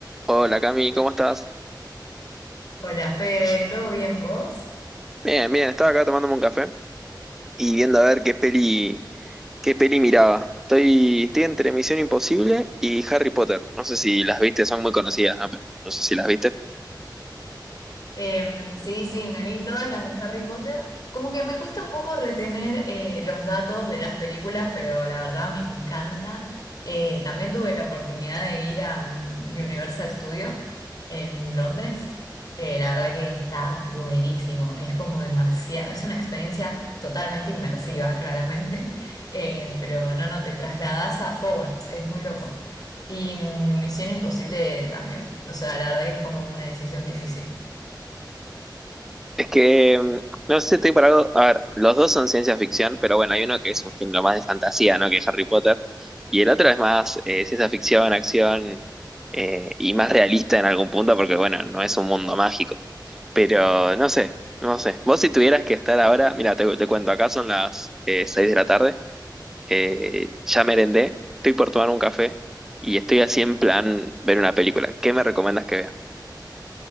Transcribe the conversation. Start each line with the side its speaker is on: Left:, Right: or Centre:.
Centre: Hola Cami, ¿cómo estás?
Left: Hola, Fe, ¿todo bien vos?
Centre: Bien, bien, estaba acá tomándome un café y viendo a ver qué peli, qué peli miraba. Estoy, estoy entre Misión Imposible y Harry Potter. No sé si las viste, son muy conocidas, ¿no? Pero no sé si las viste.
Left: Em, sí, sí, me vi todas las de Harry Potter. Como que me cuesta un poco retener eh, los datos de las películas, pero la verdad me encanta. Eh, también tuve la oportunidad de ir a mm, Universal Studio en Londres. Eh, la verdad que está buenísimo. Es como demasiado, es una experiencia totalmente inmersiva, claramente. <laughs> Eh, pero no, no, te trasladas a Hogwarts, es muy loco. Y mm, Misión Imposible también. O sea, la verdad que es como una decisión difícil.
Centre: Es que, mm, no sé, estoy para algo. A ver, los dos son ciencia ficción, pero bueno, hay uno que es un género más de fantasía, ¿no? Que es Harry Potter. Y el otro es más eh, ciencia ficción, acción eh, y más realista en algún punto, porque bueno, no es un mundo mágico. Pero no sé, no sé. Vos si tuvieras que estar ahora, mira, te, te cuento, acá son las eh, 6 de la tarde, eh, ya merendé, estoy por tomar un café y estoy así en plan ver una película. ¿Qué me recomiendas que vea? <laughs>